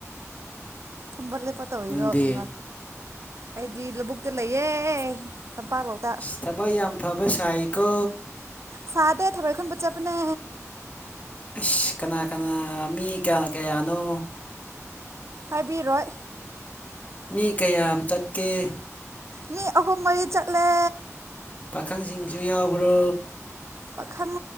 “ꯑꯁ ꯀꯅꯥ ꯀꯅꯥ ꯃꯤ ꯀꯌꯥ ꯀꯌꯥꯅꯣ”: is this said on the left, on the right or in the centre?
Left